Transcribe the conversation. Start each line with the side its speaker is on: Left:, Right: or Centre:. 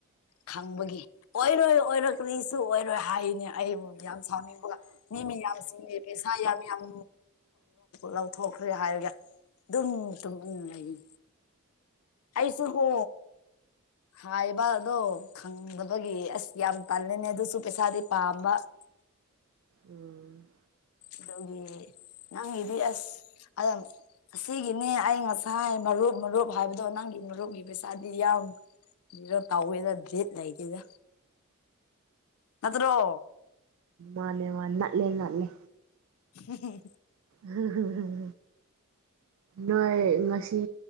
Left: ꯈꯪꯕꯒꯤ ꯑꯣꯏꯔꯣꯏ ꯑꯣꯏꯔꯛꯛꯇꯁꯨ ꯑꯣꯏꯔ ꯂꯣꯏ ꯍꯥꯏꯅꯦ ꯑꯩꯕꯨ ꯌꯥꯝ ꯁꯥꯎꯅꯤꯡꯕ ꯃꯤ ꯃꯤ ꯌꯥꯝ ꯆꯤꯡꯉꯦ ꯄꯩꯁꯥ ꯌꯥꯝ ꯌꯥꯝ ꯂꯧꯊꯣꯛꯈ꯭ꯔꯦ ꯍꯥꯏꯔꯒ ꯑꯗꯨꯝ ꯇꯨꯝ ꯂꯩꯅꯤ ꯑꯩꯁꯨꯒꯣ ꯍꯥꯏꯕꯗꯣ ꯈꯪꯗꯕꯒꯤ ꯑꯁ ꯌꯥꯝ ꯇꯜꯜꯂꯤꯅꯦ ꯑꯗꯨꯁꯨ ꯄꯩꯁꯥꯗꯤ ꯄꯥꯝꯕ <inaudible>
Right: ꯎꯝ
Left: ꯑꯗꯨꯣꯒꯤ ꯅꯪꯒꯤꯗꯤ ꯑꯁ ꯑꯁꯤꯒꯤꯅꯦ ꯑꯩ ꯉꯁꯥꯏ ꯃꯔꯨꯞ ꯃꯔꯨꯞ ꯍꯥꯏꯕꯗꯣ ꯅꯪꯒꯤ ꯃꯔꯨꯝꯒꯤ ꯄꯩꯁꯥꯗꯤ ꯌꯥꯝ ꯖꯤꯔꯣ ꯇꯧꯋꯦꯗ ꯗꯦꯠ ꯂꯩꯇꯦꯗ ꯅꯗꯨ꯭ꯔꯣ
Right: ꯃꯥꯅꯦ ꯃꯥꯅꯥꯂꯦꯅꯥꯂꯦ
Left: ꯎ
Right: ꯎꯝ ꯎꯝ ꯅꯣꯏ ꯉꯁꯤ